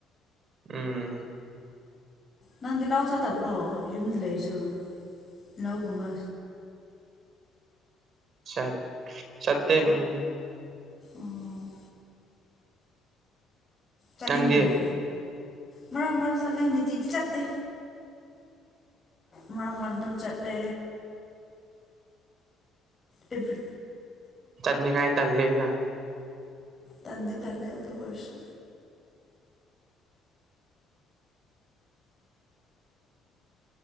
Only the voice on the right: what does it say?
ꯎꯝ
ꯆꯠ ꯆꯠ ꯑꯦ ꯎꯝ
ꯅꯪꯗꯤ
ꯆꯠꯅꯤꯉꯥꯏ ꯇꯜꯂꯦꯅ